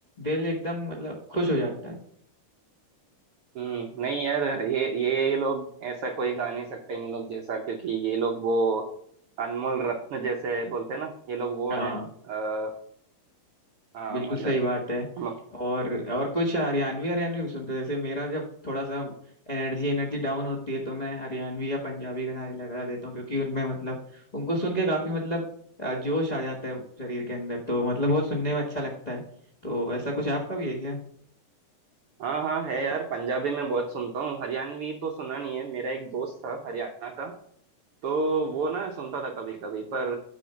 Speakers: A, on the left (about 50°); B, on the right (about 85°).
A: दिल एकदम मतलब खुश हो जाता है
B: हम्म नहीं यार ये ये ये लोग ऐसा कोई गा नहीं सकते इन लोग जैसा क्योंकि ये लोग वो अनमोल रत्न जैसे बोलते हैं ना ये लोग वो
A: हाँ
B: है आ, हाँ
A: बिल्कुल
B: मतलब
A: सही बात है
B: हम
A: और और कुछ हरियाणवी हरियाणवी भी सुनते हो जैसे मेरा जब थोड़ा सा एनर्जी एनर्जी डाउन होती है तो मैं हरियाणवी या पंजाबी गाना लगा देता हूँ क्योंकि उनमें मतलब उनको सुन के काफी मतलब अ, जोश आ जाता है शरीर के अंदर तो मतलब बहुत सुनने में अच्छा लगता है तो ऐसा कुछ आपका भी है क्या
B: हाँ हाँ है यार पंजाबी में बहुत सुनता हूँ हरियाणवी तो सुना नहीं है मेरा एक दोस्त था हरियाणा का तो वो ना सुनता था कभी कभी पर